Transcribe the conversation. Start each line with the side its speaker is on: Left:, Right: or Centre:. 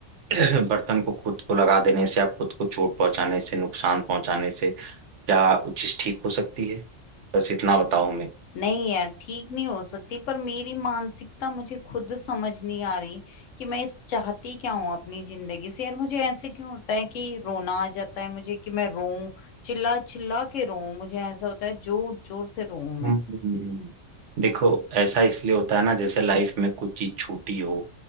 Right: <clears throat> बर्तन को खुद को लगा देने से या खुद को चोट पहुंचाने से नुकसान पहुंचाने से क्या वो चीज ठीक हो सकती है बस इतना बताऊं मैं
Left: नहीं यार ठीक नहीं हो सकती पर मेरी मानसिकता मुझे खुद समझ नहीं आ रही कि मैं इस चाहती क्या हूँ अपनी जिंदगी से यार मुझे ऐसे क्यों होता है कि रोना आ जाता है मुझे कि मैं रोऊं चिल्ला चिल्ला के रोऊं मुझे ऐसा होता है जोर जोर से रोऊं मैं
Right: हम्म देखो ऐसा इसलिए होता है ना जैसे लाइफ में कुछ चीज छोटी हो